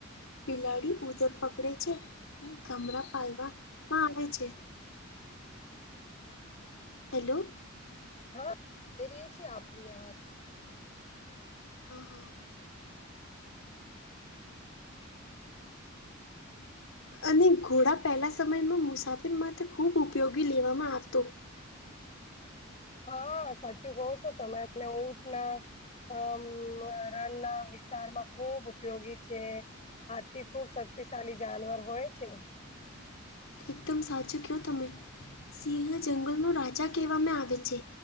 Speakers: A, on the left; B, on the left.
A: બિલાડી
B: હા આવે
A: ઉધર
B: રહીએ
A: પકડે છે અને ગામરા પાલવાવામાં આવે છે હેલો <inaudible>
B: હા રએ છીએ આપરી અ
A: હા હા અને ઘોડા પહેલા સમયમાં મુસાફિર માટે ખૂબ ઉપયોગી લેવામાં આવતો
B: હા સાચું કહો છો તમાને ઉઊટ ના અ રનના વિસ્તારમાં ખૂબ ઉપયોગી છે હાથી ખુબ શક્તિશાળલી જાનવર હોય છે
A: એકદમ સાચું કયો તમે સિંહ જંગલ ન રાજા કહેવામાં આવે છે